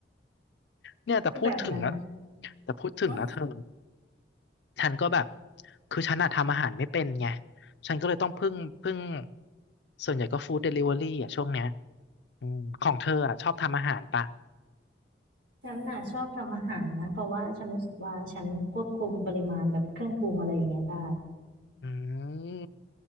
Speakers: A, on the left; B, on the right.
A: เนี่ยแต่พูดถึงนะ
B: ก็แบบนั้นนะ
A: แต่พูดถึงนะเธอ
B: ฮะ
A: ฉันก็แบบคือฉันอะทำอาหารไม่เป็นไงฉันก็เลยต้องพึ่งพึ่งส่วนใหญ่ก็ฟู้ดเดลิเวอรี่อ่ะช่วงเนี้ยอืมของเธออะชอบทำอาหารปะ
B: ฉันน่ะชอบทำอาหารนะเพราะว่าฉันรู้สึกว่าฉันควบคุมปริมาณแบบเครื่องปรุงอะไรอย่างเงี้ยได้
A: อืม